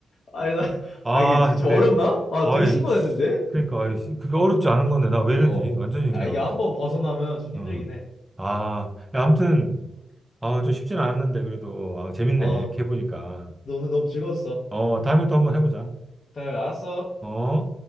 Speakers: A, on the left (about 55°); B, on the right (about 15°).
A: 아니, 나,
B: 아,
A: 아, 이게 좀
B: 네네.
A: 어렵나? 아,
B: 아이,
A: 되게 신선했는데?
B: 그러니까, 아이, 그게 어렵지 않은 건데, 나 왜
A: 어.
B: 이러지? 완전히
A: 아,
B: 그냥,
A: 이게 한번 벗어나면 좀 힘들긴
B: 응.
A: 해.
B: 아, 야, 아무튼, 아, 좀 쉽진 않았는데, 그래도, 아, 재밌네.
A: 어.
B: 이렇게 해보니까.
A: 너 오늘 너무 즐거웠어.
B: 어, 다음에 또 한번 해보자.
A: 그래, 알았어.
B: 어?